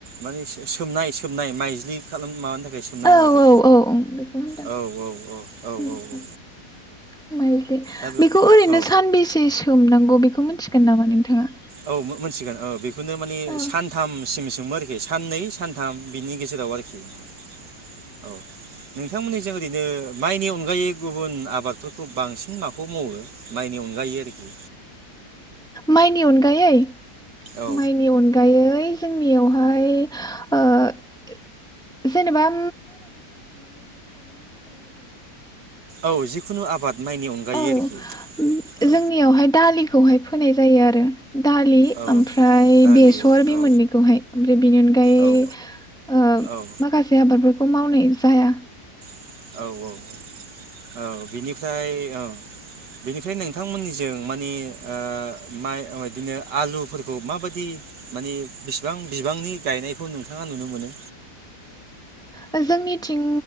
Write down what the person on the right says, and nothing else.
माने सोमनाय सोमनाय माइज्लि खालाम माबानो थाखाय सोमनाय
माथो
औ औ औ औ
औ औ
दा बे
औ
औ मोनथिगोन औ बेखौनो माने
सानथामसिम आरोखि साननै सानथाम बिनि गेजेराव औ आरोखि नोंथां औ नोंथांमोननि जों ओरैनो माइनि अनगायै गुबुन आबादफोरखौ बांसिन माखौ मावो माइनि अनगायो आरोखि
औ
औ जिखुनु आबाद माइनि अनगायै
आरोखि
औ
औ
दालि
औ
औ
औ
औ औ औ औ बेनि फ्राय ओ बेनिफ्राय नोंथांमोननिजों मानि ओ माइ बिदिनो आलुफोरखौ माबायदि मानि बेसेबां बिबांनि गायनायखौ नोंथाङा नुनो मोनो?